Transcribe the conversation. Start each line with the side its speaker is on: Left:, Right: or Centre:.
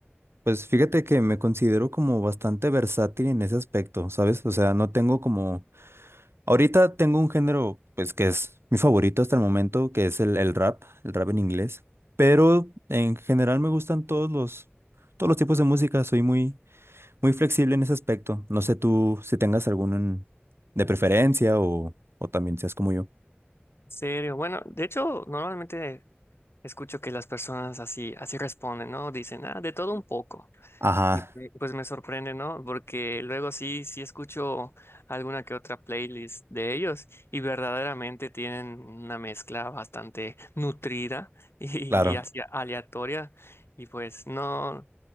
Right: Pues fíjate que me considero como bastante versátil en ese aspecto, ¿sabes? O sea, no tengo como... Ahorita tengo un género, pues, que es mi favorito hasta el momento, que es el, el rap, el rap en inglés. Pero en general me gustan todos los, todos los tipos de música, soy muy, muy flexible en ese aspecto. No sé tú si tengas alguno en- de preferencia o, o también seas como yo.
Left: ¿En serio? Bueno, de hecho, normalmente escucho que las personas así, así responden, ¿no? Dicen, ah, de todo un poco.
Right: Ajá,
Left: Y pues pues me sorprende, ¿no? Porque luego sí, sí escucho alguna que otra playlist de ellos y verdaderamente tienen una mezcla bastante nutrida <laughs> y,
Right: claro.
Left: y así aleatoria. Y pues no,